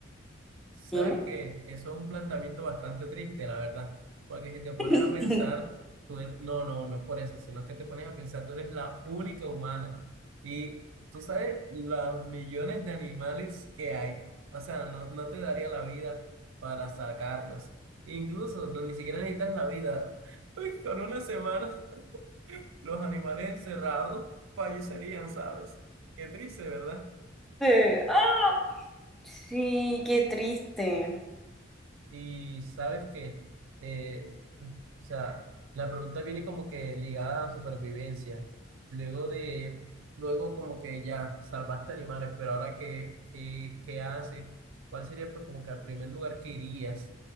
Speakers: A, on the right; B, in the centre.
A: Sabes
B: dime.
A: que eso es un planteamiento bastante triste, la verdad, porque si te pones
B: <laughs>
A: a pensar, tú eres- no, no, no es por eso, sino que te pones a pensar, tú eres la única humana y tú sabes los millones de animales que hay, o sea, no, no te daría la vida para sacarlos, incluso no, ni siquiera necesitas la vida, <laughs> pues con una semana <laughs> los animales encerrados fallecerían, ¿sabes? Qué triste, ¿verdad?
B: Eh, ¡ah! Sí, qué triste.
A: Y sabes que, eh, o sea, la pregunta viene como que ligada a la supervivencia. Luego de, luego como que ya salvaste animales, pero ahora qué, qué, qué haces? ¿Cuál sería pues como que el primer lugar que irías?